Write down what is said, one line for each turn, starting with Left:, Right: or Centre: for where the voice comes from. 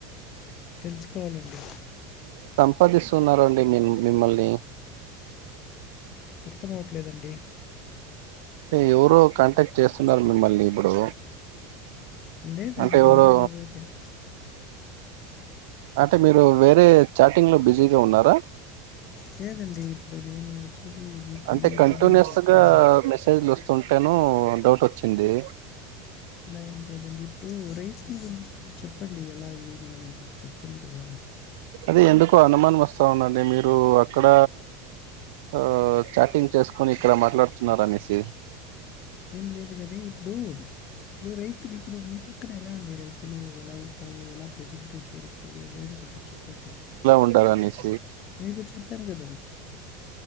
Left: తెలుసుకోవాలండి
Right: ఉపాదిస్తున్నారండి మిం మిమ్మల్ని
Left: అర్థం అవట్లేదండి
Right: టే ఎవరో కాంటాక్ట్ చేస్తున్నారు మిమ్మళ్ళీ ఇప్పుడు
Left: లేదండి
Right: అంటే ఎవరో
Left: మమ్మల్ని ఎవరు పట్
Right: అంటే మీరు వేరే చాటింగ్లో బిజీగా ఉన్నారా
Left: లేదండి ఇప్పుడు నేను వచ్చేసి మీకు
Right: అంటే
Left: మీతోనే
Right: కంటిన్యూస్
Left: మాట్లాడుతున్నానండి
Right: గా మెసేజ్లు వస్తుంటేనూ డౌట్చ్చింది
Left: అలా ఏం లేదండి ఇప్పుడు రైతుల గురించి మీరు చెప్పండి ఎలా ఏమి అని చెప్పాలి కదా
Right: అదే ఎందుకో అనుమానం వస్తా ఉందండి మీరు అక్కడ ఆ చాటింగ్ చేసుకొని ఇక్కడ మాట్లాడుతున్నారనేసి
Left: ఏం లేదు గని ఇప్పుడు ఇప్పుడు రైతులు ఇప్పుడు మీ ప పక్కన ఎలా అండి రైతులు ఎలా ఉంటారు ఎలా ఫెసిలిటీస్ దొరుకుతది అదే అని కొంచెం చెప్పండి
Right: ఉంటారనేషి
Left: మీను చెప్పాను గద్